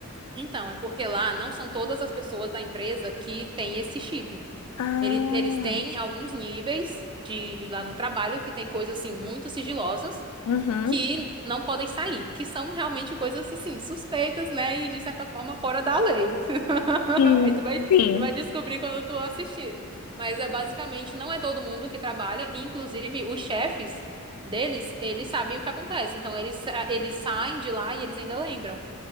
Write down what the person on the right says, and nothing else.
Então, é porque lá não são todas as pessoas da empresa que têm esse chip.
Ele- eles têm alguns níveis de de lá no trabalho que tem coisas assim muito sigilosas.
que não podem sair, que são realmente coisas assim, suspeitas, né? E de certa forma fora da lei. <laughs>
Aí tu vai,
tu vai descobrir quando tu assistir. Mas é basicamente não é todo mundo que trabalha, e inclusive os chefes deles, eles sabem o que acontece. Então eles, sa- eles saem de lá e eles ainda lembram.